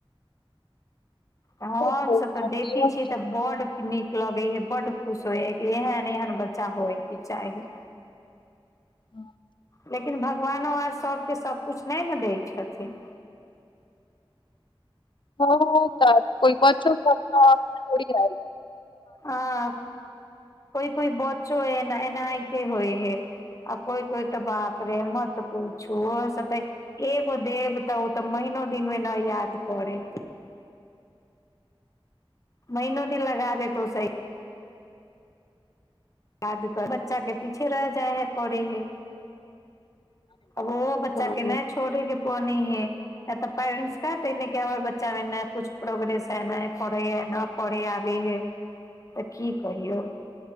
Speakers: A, on the left; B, on the left.
A: हमसभ
B: ठीक है, गार्जियनो
A: तऽ देखै
B: के।
A: छियै तऽ बहुत नीक लगै हऽ, बड़ खुश होइ हऽ, किहन एहन बच्चा होइ कि चाही।
B: ह <inaudible>
A: लेकिन भगवानो आर सभके सभकिछु नहि ने दै छथिन।
B: हँ तऽ कोनो बच्चो तऽ अपना आप छोड़ी आय।
A: आ कोइ कोइ बच्चो एना एना के होइ हे। आ कोइ कोइ तऽ बाप रे, मतऽ पूछु से तऽ। एगो देब तऽ ओ तऽ महिना दिनमे न याद पड़ै। महिनो दिन लगा देतौ स याद करऽ, बच्चाके पीछे रहि जाय है, पड़ै हय। आब ओ बच्चाके
B: हँ
A: नहि छोड़ैके पोनी है। यऽ तऽ पेरेंट्स कहै छै ने कि हमर बच्चामे किछु प्रोग्रेस है, न है, पढ़ै न पढ़ै, आबै है।
B: <inaudible>
A: तऽ की कहियौ?